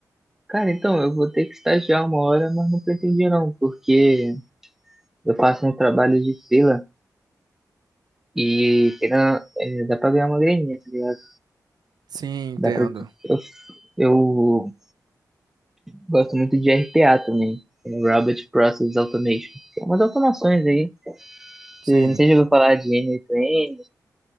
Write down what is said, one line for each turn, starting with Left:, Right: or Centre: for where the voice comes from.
Centre: cara, então eu vou ter que estagiar uma hora, mas não pretendia não, porque eu faço um trabalho de fila e querendo, é, dá pra ganhar uma graninha, tá ligado?
Right: Sim, entendo.
Centre: Dá pra, eu, eu gosto muito de RPA também, é Robot Process Automation. Tem umas automações aí,
Right: Sim.
Centre: que- não sei se eu vou falar de N8N,